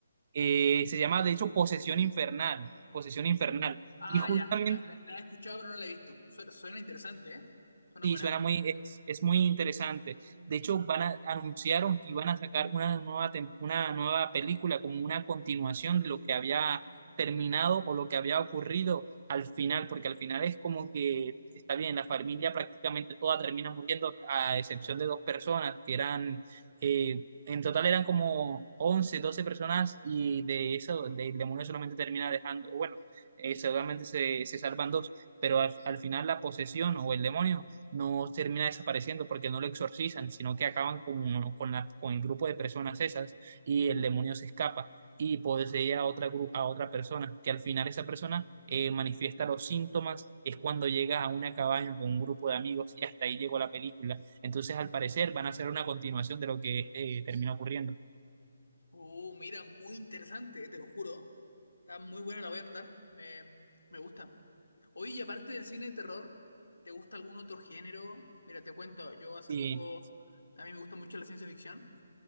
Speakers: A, on the right; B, on the left.
A: Eh, se llama de hecho Posesión Infernal, Posesión Infernal.
B: Ah,
A: Y justamente
B: ya, la, la- la he escuchado pero no la he visto. Suena, suena interesante, ¿eh? Suena
A: Sí,
B: buena.
A: suena muy, es, es muy interesante. De hecho, van a, anunciaron que iban a sacar una nueva, tem- una nueva película como una continuación de lo que había terminado o lo que había ocurrido al final, porque al final es como que está bien, la familia prácticamente toda termina muriendo, a excepción de dos personas que eran, eh, en total eran como 11 12 personas y de eso, de- el demonio solamente termina dejando, bueno, eh, seguramente se, se salvan dos pero al, al final la posesión o el demonio no termina desapareciendo porque no lo exorcizan, sino que acaban con, con, la- con el grupo de personas esas y el demonio se escapa y posee a otra, gru- a otra persona, que al final esa persona eh, manifiesta los síntomas, es cuando llega a una cabaña con un grupo de amigos y hasta ahí llegó la película. Entonces, al parecer, van a hacer una continuación de lo que eh, termina ocurriendo.
B: Uh, mira, muy interesante, te lo juro. Está muy buena, la voy a anotar. Me, me gusta. Oye, y aparte del cine de terror, ¿te gusta algún otro género? Mira, te cuento, yo hace
A: Y
B: poco, a mí me gusta mucho la ciencia ficción,